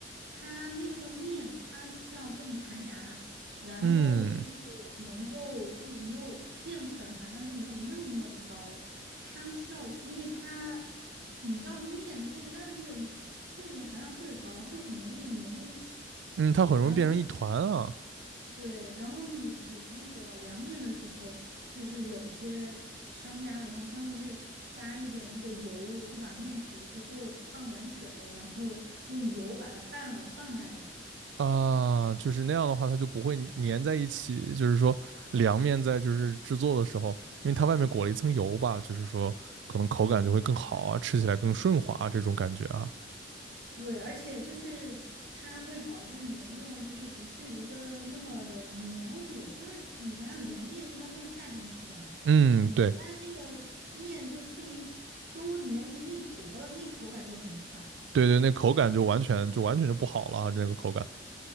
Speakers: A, on the right; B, on the right.
A: 它那个面，它需要更弹牙，然后就是
B: 嗯
A: 能够就没有淀粉含量就没有那么那么的高。它需要，因为它你知道面，它一旦就是淀粉含量特别高的，它就很容易粘在一起。
B: 嗯，它很容易变成一团啊
A: 然后对，然后你煮那个凉面的时候，就是有些商家的话，他们会加一点那个油，就把面煮了之后放凉水，然后用油把它拌了放在那儿。
B: 啊，就是那样的话，它就不会粘在一起。就是说，凉面在就是制作的时候，因为它外面裹了一层油吧，就是说可能口感就会更好啊，吃起来更顺滑啊，这种感觉啊。
A: 对，而且就是它会保证你的面就是不至于的那么的黏糊。就是你想想，凉面一般都是夏天吃的嘛，
B: 嗯，
A: 你一旦那个面就是特别都粘成一坨了，
B: 对
A: 那口感就很差了
B: 对对，那口感就完全就完全就不好了啊，这个口感。